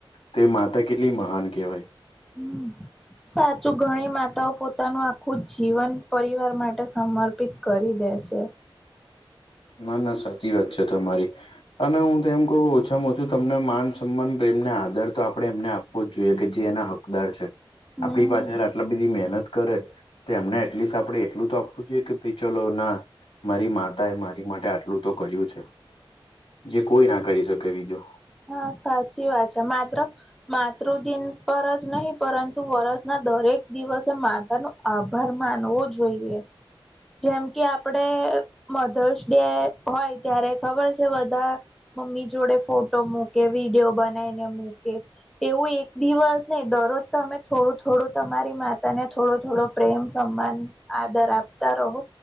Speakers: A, on the left (about 70°); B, in the centre.
A: તે માતા કેટલી મહાન કેહેવાય.
B: હમ્મ. સાચું ઘણી માતાઓ પોતાનું આખું જીવન પરિવાર માટે સમર્પ પિત કરી દે છે.
A: ના ના સાચી વાત છે તમારી. અને હું તો એમ કહુ ઓછામાં ઓછું તમને માન સન્માન પ્રેમને આદર તો આપડે એમને આપ આપવો જ જોઈએ કે જે એના હકદાર છે
B: હમ
A: આપણી પાછળ આટલા બધી મહેનત કરે. તો એમને એટલીસ્ટ આપડે એટલું તો આપવું જોઈએ કે ભાઈ ચલો ના મારી માતાએ મારી માટે આટલું તો કર્યું છે, જે કોઈ ના કરી શકે બીજું.
B: હા, સાચી વાત છે માત્ર માતૃદિન પર જ નહીં પરંતુ વરષના દરેક દિવસે માતાનું આભાર માનવો જોઈએ. જેમ કે આપડે મધર્સ ડે હોય ત્યારે ખબર છે બધાં મમ્મી જોડે ફોટ ટો મૂકે, વિડીયો બનાઈને મૂકે એવું એક દિવસ નઈ દરરોજ તમે થોડું-થોડું તમારી માતાને થોડો-થોડો પ્રેમ, સન્માન, આદર આપતા રહો.